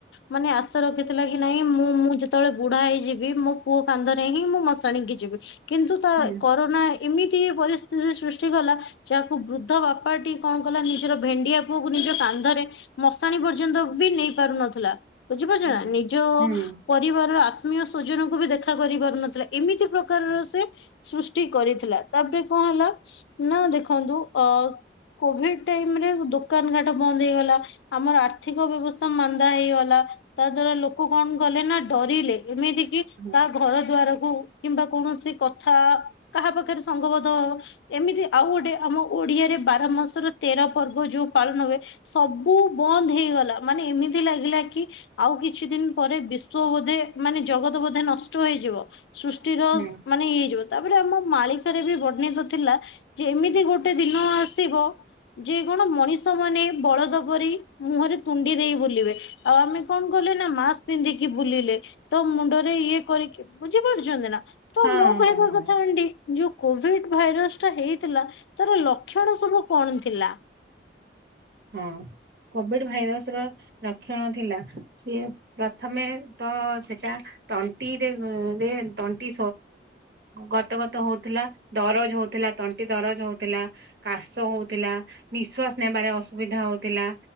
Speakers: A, on the left; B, on the right.
A: ମାନେ ଆଶା ରଖିଥିଲା କି ନାଇଁ ମୁଁ ମୁଁ ଯେତେବେଳେ ବୁଢା ହେଇଯିବି ମୋ ପୁଅ କାନ୍ଧରେ ହିଁ ମୁଁ ମଶାଣିକି ଯିବି। କିନ୍ତୁ ତା
B: ହୁଁ ହୁଁ ହୁଁ ହୁଁ ହୁଁ ହୁଁ
A: କରୋନା ଏମିତି ପରିସ୍ଥିତି ସୃଷ୍ଟି କଲା। ଯାହାକୁ ବୃଦ୍ଧ ବାପାଟି କଣ କଲା ନିଜର ଭେଣ୍ଡିଆ ପୁଅକୁ ନିଜ କାନ୍ଧରେ। ମଶାଣି ପର୍ଯ୍ୟନ୍ତ ବି ନେଇ ପାରୁ ନଥିଲା ବୁଝିପାରୁଛ ନା
B: ହୁଁ
A: ନିଜ
B: ହୁଁ
A: ପରିବାର ର ଆତ୍ମୀୟ ସ୍ୱଜନକୁ ବି ଦେଖା କରି ପାରୁନଥିଲା। ଏମିତି ପ୍ରକାରର ସେ ସୃଷ୍ଟି କରିଥିଲା ତାପରେ କଣ ହେଲା ନା ଦେଖ ଦେଖନ୍ତୁ ଅ କୋଭିଡ ଟାଇମ ରେ ଦୋକାନ ଘାଟ ବନ୍ଦ ହେଇଗଲା, ଆମର ଆର୍ଥିକ ବ୍ୟବସ୍ଥା ମାନ୍ଦା ହେଇଗଲା, ତା ଦ୍ୱାରା ଲୋକ କଣ କଲେ ନା ଡରିଲେ, ଏମିତି କି
B: ହୁଁ
A: ତା ଘର ଦୁଆରକୁ କିମ୍ବା କୌଣସି କଥା କାହା ପାଖରେ ସଙ୍ଗବଧ ଏମିତି ଆଉ ଗୋଟେ ଆମ ଓଡିଆରେ ବାର ମାସର ତେର ପର୍ବ ଯୋଉ ପାଳନ ହୁଏ। ସବୁ ବନ୍ଦ ହେଇଗଲା ମାନେ ଏମିତି ଲାଗିଲା କି ଆଉ କିଛି ଦିନ ପରେ ବିଶ୍ଵ ବୋଧେ ମାନେ ଜଗତ ବୋଧେ ନଷ୍ଟ ହେଇଯିବ। ସୃଷ୍ଟିର
B: ହଁ
A: ମାନେ ଇଏ ହେଇଯିବ। ତାପରେ ଆମ ମାଳିକାରେ ବି ବର୍ଣିତ ଥିଲା ଯେ ଏମିତି ଗୋଟେ ଦିନ ଆସିବ ଯେ କଣ ମଣିଷ ମାନେ ବଳଦ ପରି ମୁହଁରେ ତୁଣ୍ଡି ଦେଇ ବୁଲିବେ ଆଉ ଆମେ କଣ କଲେ ନା ମାସ୍କ ପିନ୍ଧିକି ବୁଲିଲେ, ତ ମୁଣ୍ଡରେ ଇଏ କରିକି ବୁଝିପାରୁଛନ୍ତି ନା ତ
B: ହଁ
A: ମୁଁ କହିବା
B: ହଁ।
A: କଥା ଆଣ୍ଡି ଯୋଉ କୋଭିଡ ଭାଇରସ ଟା ହେଇଥିଲା ତାର ଲକ୍ଷଣ ସବୁ କଣ ଥିଲା?
B: ହଁ କୋଭିଡ ଭାଇରସ ର ଲକ୍ଷଣ ଥିଲା ସିଏ ପ୍ରଥମେ ତ ସେଟା ତଣ୍ଟିରେରେ ତଣ୍ଟି ଗତ ଗତ ହଉଥିଲା, ଦରଜ ହଉଥିଲା ତଣ୍ଟି ଦରଜ ହଉଥିଲା। କାଶ ହଉଥିଲା, ନିଶ୍ଵାସ ନେବାରେ ଅସୁବିଧା ହଉଥିଲା।